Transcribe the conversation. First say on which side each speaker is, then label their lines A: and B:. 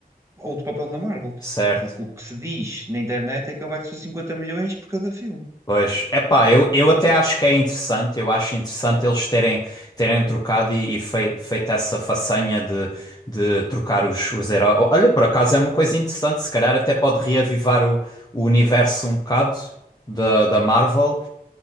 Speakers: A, on the right; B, on the left.
A: outro papel na Marvel,
B: certo?
A: porque o que se diz na internet é que ele vai custar cinquenta milhões por cada filme.
B: Pois, epá, eu, eu até acho que é interessante, eu acho interessante eles terem, terem trocado e, e fei- feito essa façanha de, de trocar os, os heróis. Olha, por acaso é uma coisa interessante, se calhar até pode reavivar o, o universo um bocado da, da Marvel.